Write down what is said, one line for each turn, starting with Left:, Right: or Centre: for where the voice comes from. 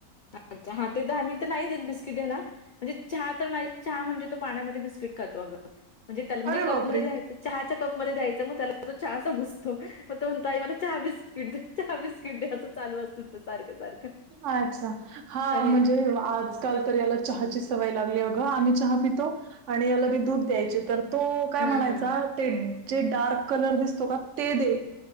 Left: अच्छा हा ते तर आहे, मी तर नाहीेत बिस्किट ह्याला म्हणजे चहा तर नाही चहा म्हणजे तो पाण्यामध्ये बिस्किट खातो अग म्हणजे त्याला म्हणजे
Right: अरे
Left: कपमध्ये
Right: बापरे!
Left: द्यायचं चहाच्या कप मध्ये द्यायचं मग त्याला तो चहा समजतो मग तो म्हणतो आई मला चहा बिस्किट दे चहा बिस्कीट दे असं चालू असत सारखं सारखं
Right: अच्छा हां
Left: आणि
Right: म्हणजे आज काल तर याला चहाची सवय लागली अगं आम्ही चहा पितो आणि याला मी दूध द्यायचे तर तो काय
Left: हां,
Right: म्हणायचा
Left: हां.
Right: ते जे डार्क कलर दिसतो कां ते दे